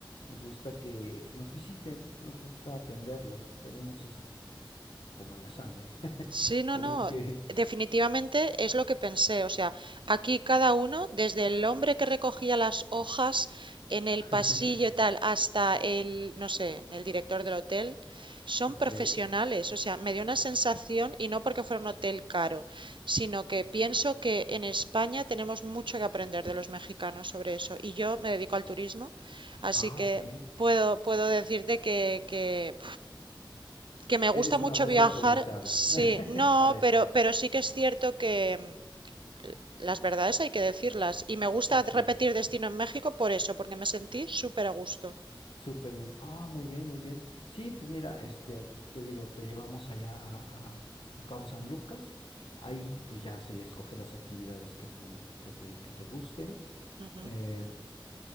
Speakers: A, on the left; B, on the right.
A: nos gusta que nos visiten, nos gusta atenderlos, tenemos eso como, como en la sangre, <laughs>
B: Sí, no,
A: como
B: no,
A: que...
B: definitivamente es lo que pensé. O sea, aquí cada uno, desde el hombre que recogía las hojas en el
A: <laughs>
B: pasillo y tal, hasta el, no sé, el director del hotel, son
A: Ok.
B: profesionales. O sea, me dio una sensación, y no porque fuera un hotel caro, sino que pienso que en España tenemos mucho que aprender de los mexicanos sobre eso. Y yo me dedico al turismo, así
A: Ah,
B: que
A: ok.
B: puedo, puedo decirte que, que que me
A: Eres
B: gusta
A: una
B: mucho
A: voz
B: viajar,
A: autorizada <laughs>
B: sí, no,
A: para eso.
B: pero, pero sí que es cierto que mm, las verdades hay que decirlas. Y me gusta
A: Ok,
B: repetir destino en México por eso, porque me sentí súper a gusto.
A: súper bien. Ah, muy bien, muy bien. Sí, pues mira, este, te digo, te llevamos allá a, a, a Cabo San Lucas. Ahí pues ya sería escoger las actividades que tú, que te, que te gusten.
B: Ujú,
A: Em,